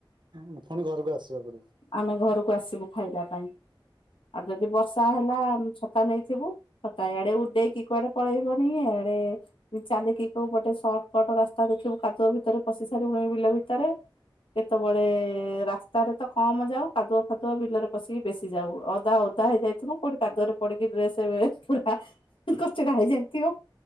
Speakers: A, on the right; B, on the left.
A: ଉଁ ପୁଣି ଘରକୁ ଆସିବାକୁ ପଡିବ।
B: ଆମେ ଘରକୁ ଆସିବୁ ଖାଇବା ପାଇଁ ଆଉ ଯଦି ବର୍ଷା ହେଲା ଆମେ ଛତା ନେଇଥିବୁ। ଛତା ଇଆଡେ ଉଡେଇକି କୁଆଡେ ପଳେଇବଣୀ ଇଆଡେ ଚାଲିକି କୋଉ ଗୋଟେ ସର୍ଟ କଟ ରାସ୍ତା ଦେଖିବୁ କାଦୁଅ ଭିତରେ ପଶି ସାରିବୁଣି ବିଲ ଭିତରେ। କେତେବେଳେ ରାସ୍ତାରେ ତ କମ ଯାଉ କାଦୁଅ ଫାଦୁଅ ବିଲରେ ପଶିକି ବେଶି ଯାଉ ଅଧା ଓ ଦା ହେଇଯାଇଥିବୁ କୋଉଠି କାଦୁଅରେ ପଡିକି ଡ୍ରେସ ପୁରା କଚଡା ହେଇଯାଇଥିବ